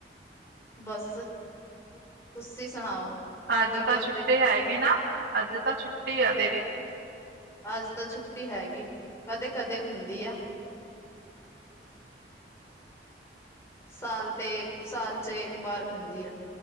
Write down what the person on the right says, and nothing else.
ਅੱਜ
ਤਾਂ
ਛੁੱਟੀ ਹੈਗੀ ਨਾ, ਅੱਜ ਤਾਂ ਛੁੱਟੀ ਆ ਤੇਰੀ।